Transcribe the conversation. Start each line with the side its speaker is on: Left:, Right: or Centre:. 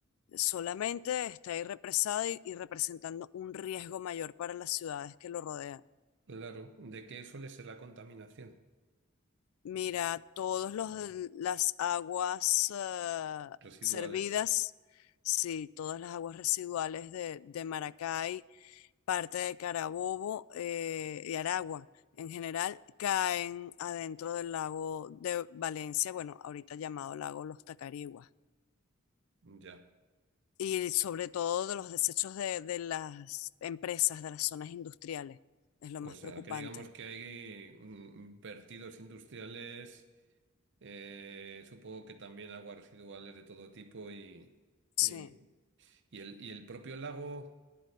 Left: solamente está ahí represada y, y representando un riesgo mayor para las ciudades que lo rodean.
Right: claro, ¿de qué suele ser la contaminación?
Left: Mira, todos los las aguas ah,
Right: Residuales.
Left: servidas, sí, todas las aguas residuales de, de Maracay, parte de Carabobo eh, y Aragua en general, caen adentro del lago de Valencia, bueno, ahorita llamado lago Los Tacariguas,
Right: Ya.
Left: y sobre todo de los desechos de, de las empresas, de las zonas industriales, es lo
Right: O
Left: más
Right: sea,
Left: preocupante,
Right: que digamos que hay mm, vertidos industriales, eh, supongo que también aguas residuales de todo tipo y,
Left: sí.
Right: y, y el, y el propio lago